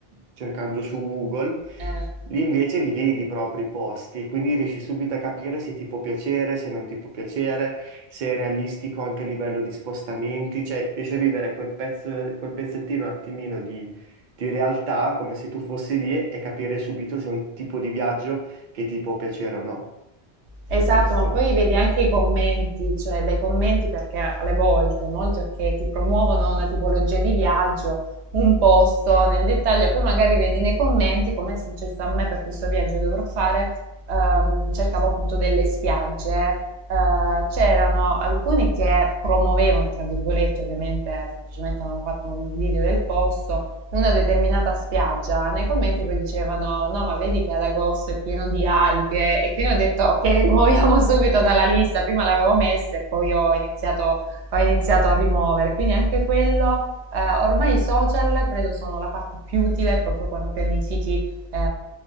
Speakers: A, on the right; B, on the right.
A: cercando su Google,
B: Eh,
A: Lì invece li vedi proprio i posti e quindi riesci subito a capire se ti può piacere, se non ti può piacere, se è realistico anche a livello di spostamenti, cioè riesci a vivere quel pezzo, quel pezzettino un attimino di, di realtà come se tu fossi lì e capire subito se è un tipo di viaggio che ti può piacere o no.
B: esatto,
A: E questo.
B: ma poi vedi anche i commenti, cioè dai commenti perché alle volte molti ok ti promuovono una tipologia di viaggio, un posto nel dettaglio, e poi magari vedi nei commenti come è successo a me per questo viaggio che dovrò fare, ehm, cercavo appunto delle spiagge, eh, c'erano alcuni che promuovevano, tra virgolette, ovviamente semplicemente avevano fatto un video del posto, una determinata spiaggia, nei commenti poi dicevano no, ma vedi che ad agosto è pieno di alghe e quindi ho detto ok, <laughs> rimuoviamo subito dalla lista, prima l'avevo messa e poi ho iniziato, ho iniziato a rimuovere, quindi anche quello, eh, ormai i social credo sono la parte più utile proprio quando pianifichi eh,